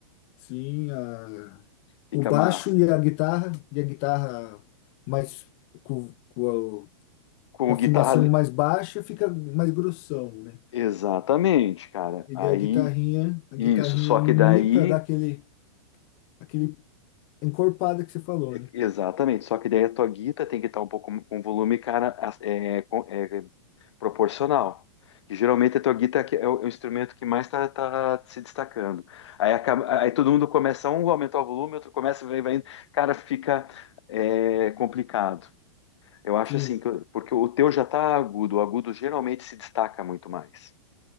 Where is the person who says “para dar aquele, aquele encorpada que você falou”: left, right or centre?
Left